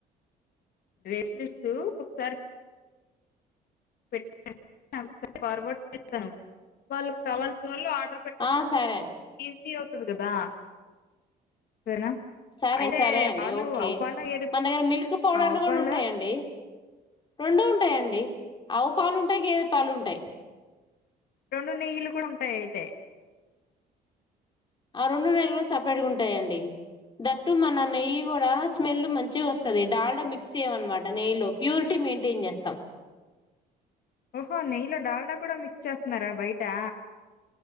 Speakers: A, on the left; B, on the left.
A: బ్రేస్లెట్స్ ఒకసారి <unintelligible> ఫార్వర్డ్ చేసాను వాళ్ళకి కావాల్సిన వాళ్ళుఆర్
B: ఆ సరే అండి
A: <unintelligible> అవుతుది కదా సరేనా
B: సరే
A: అయితే
B: సరే అండి
A: పాలు
B: ఓకే
A: ఆవు పాల గేదె
B: మన దగ్గర మిల్క్ పౌడర్లు
A: ఆవు
B: కూడా
A: పాల
B: ఉంటాయండి రెండూ ఉంటాయండి ఆవు పాలు ఉంటాయి గేదె పాలు ఉంటాయి
A: రెండు నెయ్యిలు కూడా ఉంటాయి అయితే
B: ఆ రెండు నెయ్యిలు కూడా సపరేట్ గా ఉంటాయండి దట్టు మన నెయ్యి కూడా స్మెల్ మంచిగా వస్తుంది డాల్డా మిక్స్ చేయమ అనమాట నెయ్యి లో ప్యూరిటీ మెయింటైన్ చేస్తాం
A: ఓహో నెయ్యిలో డాల్డా కూడా మిక్స్ చేస్తున్నార బయెటా